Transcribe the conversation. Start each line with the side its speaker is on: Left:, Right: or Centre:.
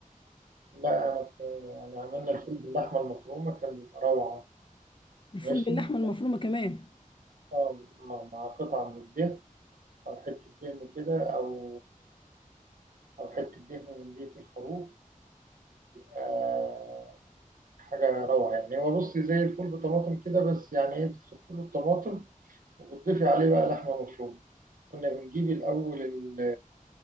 Right: لا أنا في يعني عملنا الفول باللحمة المفرومة كان بيبقى روعة
Left: الفول
Right: ماشي
Left: باللحمة المفرومة كمان
Right: آه، مع مع قطعة من الدهن أو حتة دهن كده أو أو حتة دهن من بيت الخروف آه، حاجة روعة يعني هو بصي زي الفول بطماطم كده بس يعني إيه بتخفي له الطماطم وبتضيفي عليه بقى لحمة مفرومة كنا بنجيب الأول ال-